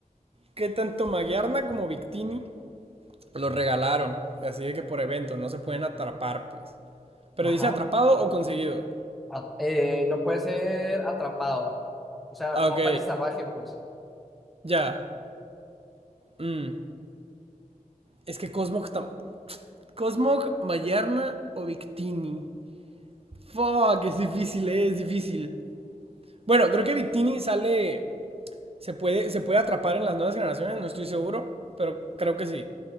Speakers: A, on the right (about 40°); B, in the centre.
A: que tanto Magiarna como Victini Los regalaron. Así de que por evento, no se pueden atrapar, pues. Pero dice
B: Ajá.
A: atrapado o conseguido.
B: A- eh, no puede ser atrapado. O sea,
A: Ah,
B: no
A: ok.
B: parece salvaje, pues.
A: Ya. Mm. Es que Cosmog está. Cosmog, Mayarna o Victini. Fuck, es difícil, eh, es difícil. Bueno, creo que Victini sale. Se puede, se puede atrapar en las nuevas generaciones, no estoy seguro, pero creo que sí.